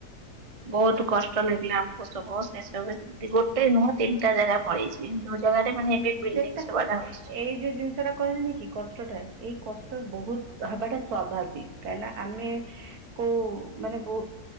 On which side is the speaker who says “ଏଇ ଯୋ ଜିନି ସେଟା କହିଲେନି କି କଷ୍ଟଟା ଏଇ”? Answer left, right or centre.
Right